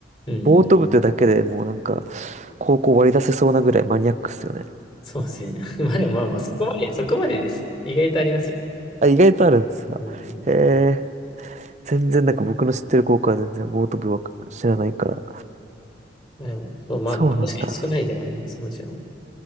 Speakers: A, on the left (about 30°); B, on the right (about 40°).
A: うん。
B: ボート部ってだけでもうなんか、高校割り出せそうなぐらいマニアックっすよね。
A: そうですね。<laughs> まあでもまあまあ、そこまで、そこまでです。意外とありますよ。
B: あ、意外とあるんですが。
A: うん。
B: へえ、全然なんか僕の知ってる高校は全然ボート部は知らないから。
A: まあでも、そう、まあ、
B: そうなんだ。
A: 確かに少ないではあります。もちろん。